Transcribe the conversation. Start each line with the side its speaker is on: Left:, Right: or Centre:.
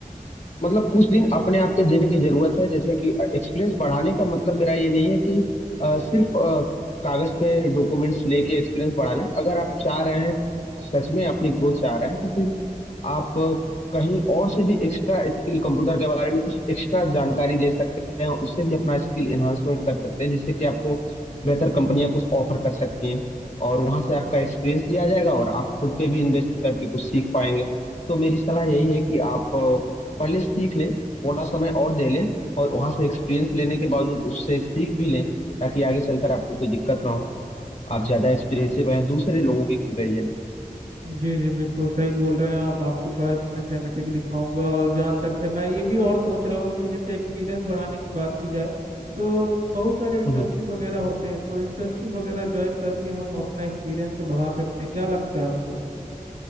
Left: मतलब कुछ दिन अपने आप के देने की जरूरत है जैसे कि एक्सपीरियंस बढ़ाने का मतलब मेरा ये नहीं है कि अ, सिर्फ अ, कागज पे डॉक्यूमेंट्स लेके एक्सपीरियंस बढ़ा लें अगर आप चाह रहे हैं सच में अपनी ग्रोथ चाह रहे हैं तो फिर आप अ, कहीं और से भी एक्स्ट्रा स्किल कंप्यूटर के बारे में कुछ एक्स्ट्रा जानकारी ले सकते हैं उससे भी अपना स्किल एनहांसमेंट कर सकते हैं जिससे कि आपको बेहतर कंपनियां कुछ ऑफर कर सकती हैं और वहां से आपका एक्सपीरियंस भी आ जाएगा और आप खुद पे भी इन्वेस्ट करके कुछ सीख पाएंगे तो मेरी सलाह यही है कि आप पहले सीख लें थोड़ा समय और दे लें और वहां से एक्सपीरियंस लेने के बावजूद उससे सीख भी लें ताकि आगे चलकर आपको कोई दिक्कत ना हो आप ज्यादा एक्सपीरियंसिव हैं दूसरे लोगों के कंपैरिजन में
Right: जी जी बिल्कुल सही बोल रहे हैं आप आपकी बात मैं सहमति दिखाऊंगा और जहाँ तक है मैं ये भी और सोच रहा हूँ कि जैसे एक्सपीरियंस बढ़ाने की बात की जाए तो बहुत सारे इंटर्नशिप
Left: हम्म हम्म।
Right: वगैरह होते हैं तो इंटर्नशिप वगैरह ज्वाइन करके हम अपना एक्सपीरियंस को बढ़ा सकते हैं क्या लगता है आपको